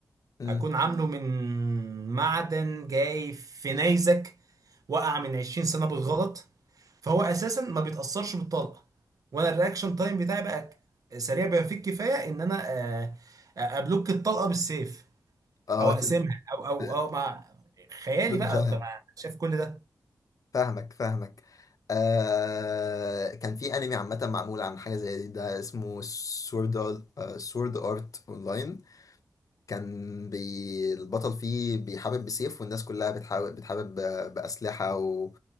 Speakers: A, on the left; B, on the right.
A: مم.
B: اكون عامله من معدن جاي في نيزك وقع من 20 سنة بالغلط فهو اساسا ما بيتأثرش بالطلقة وانا الرياكشن تايم بتاعي بقى سريع بما فيه الكفاية ان انا آه، آه، ابلوك الطلقة بالسيف
A: اه
B: او اقسمها
A: ت-
B: او او
A: ت-
B: او مع خيالي
A: تتجاهل
B: بقى كان شايف كل ده
A: فاهمك فاهمك آه كان في انمي عامه معمول عن حاجه زي دي ده اسمه سورد سورد ارت اونلاين كان بي البطل فيه بيحارب بسيف والناس كلها بتحارب بتحارب ب- باسلحه و...